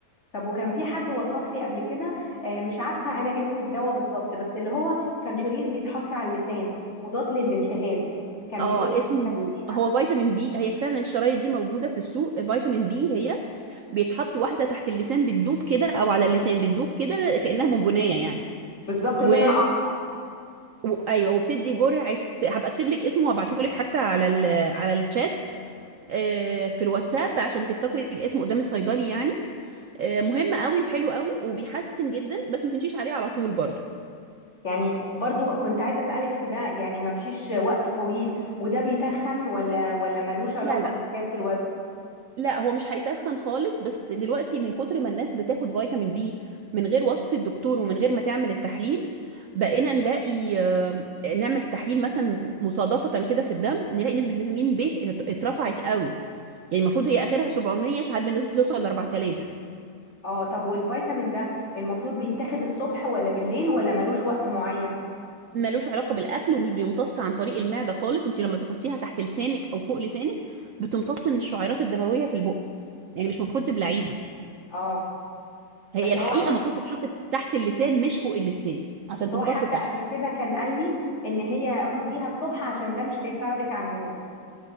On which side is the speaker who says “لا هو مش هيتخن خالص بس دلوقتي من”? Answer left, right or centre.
Right